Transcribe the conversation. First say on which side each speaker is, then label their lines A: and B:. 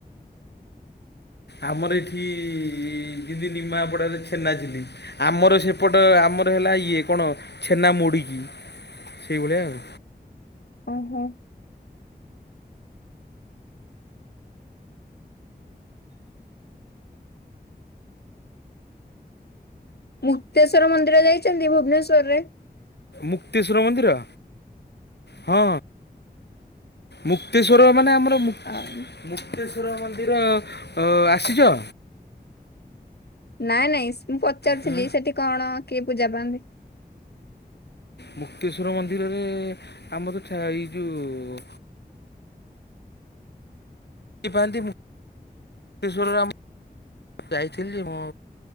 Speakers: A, on the left (about 85°); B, on the left (about 75°).
A: ଆମର ଏଠି ଯିଁତି ନିମାପଡ଼ାରେ ଛେନାଝିଲି। ଆମର ସେପଟ ଆମର ହେଲା ଇଏ କଣ ଛେନା ମୁଡ଼ିକି ସେଇଭଳିଆ ଆଉ।
B: ଓହୋ। ମୁକ୍ତେଶ୍ୱର ମନ୍ଦିର ଯାଇଛନ୍ତି ଭୁବନେଶ୍ୱର ରେ।
A: ମୁକ୍ତେଶ୍ଵର ମନ୍ଦିର ହଁ। ମୁକ୍ତେଶ୍ଵର ମାନେ ଆମର ମୁ
B: ହଁ।
A: ମୁକ୍ତେଶ୍ଵର ମନ୍ଦିର ଅ ଆସିଛ?
B: ନାଇଁ ନାଇଁ ସ୍ ମୁଁ ପଚାରୁଥିଲି
A: ହଁ।
B: ସେଠି କଣ କିଏ ପୂଜା ପାଆନ୍ତି?
A: ମୁକ୍ତେଶ୍ୱର ମନ୍ଦିରରେ ଆମର ଥା ଏଇ ଯୋଉ। <unintelligible> ଇଶ୍ୱର ରାମ୍। ଯାଇଥିଲି ଯେ ମୁଁ